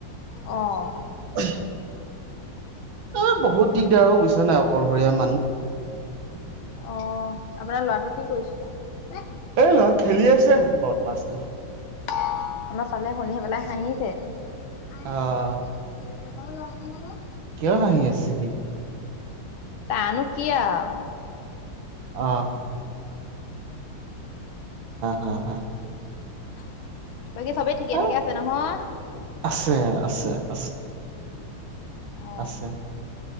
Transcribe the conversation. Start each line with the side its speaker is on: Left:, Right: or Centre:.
Left: অ-
Right: হয় <unintelligible> অ- বহুত দিন- দিগদাৰও বুইছা নাই অকলশৰীয়া মানুহ।
Left: অ আপোনাৰ লৰাটো কি কৰিছে?
Right: এই ল'ৰা খেলি আছে বদমাচটো।
Left: আমাৰ ছোৱালীয়ে শুনি আহি পেলাই হাঁহিছে। আহ <unintelligible> লোকৰ
Right: আহ
Left: ল আছে ন ন <unintelligible>
Right: কিয় হাহি আছে সি!
Left: তাৰনো কি আৰু।
Right: অ হা হা
Left: <inaudible> বাকী চবেই ঠিকে
Right: আহ
Left: থাকে আছে নহয়।
Right: আছে আছে আছে।
Left: অ
Right: আছে।